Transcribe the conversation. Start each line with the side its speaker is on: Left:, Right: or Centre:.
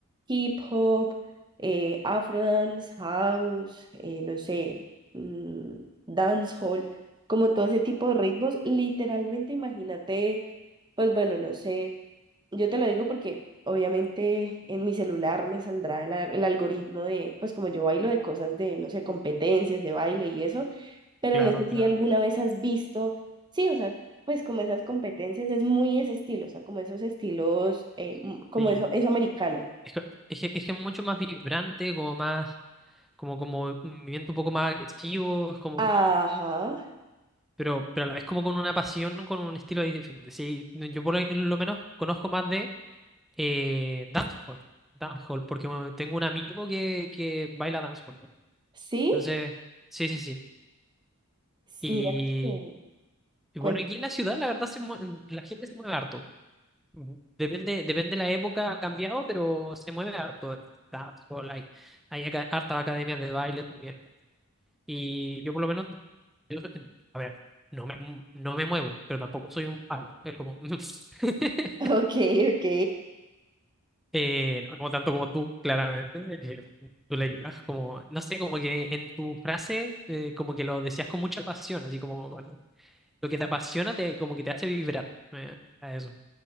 Right: hip hop, eh, afro dance, house, eh, no sé, mm, dancehall, como todo ese tipo de ritmos, literalmente imagínate, pues bueno, no sé. Yo te lo digo porque obviamente en mi celular me saldrá el, a- el algoritmo de, pues como yo bailo de cosas de, no sé, competencias de baile y eso, pero
Centre: Claro,
Right: no sé si
Centre: claro.
Right: alguna vez has visto, sí, o sea, pues como esas competencias es muy ese estilo, o sea, como esos estilos, eh, m- como
Centre: Sí,
Right: eso, eso americano.
Centre: es que, es que, es que es mucho más vibrante, como más, como, como movimiento un poco más agresivo, es como,
Right: Ajá,
Centre: pero, pero a la vez como con una pasión, con un estilo diferente. Sí, no, yo por lo menos conozco más de eh, dancehall, dancehall, porque bueno, tengo un amigo que, que baila dancehall.
Right: sí,
Centre: Entonces, sí, sí, sí.
Right: s-
Centre: Y,
Right: mira que
Centre: y
Right: cuenta.
Centre: bueno, aquí en la ciudad la verdad se mue- la gente se mueve harto. Ujú. Depende, depende la época, ha cambiado, pero se mueve harto el dancehall, Hay, hay aca- hartas academias de baile también. Y yo por lo menos, yo so- a ver, no me, no me muevo, pero tampoco soy un palo. Es como, <laughs>
Right: <laughs> Ok, ok.
Centre: eh, no me muevo tanto como tú, claramente. eh, tú le llegas como, no sé, como que en tu frase, eh, como que lo decías con mucha pasión, así como con- lo que te apasiona, te, como que te hace vibrar. eh, a eso.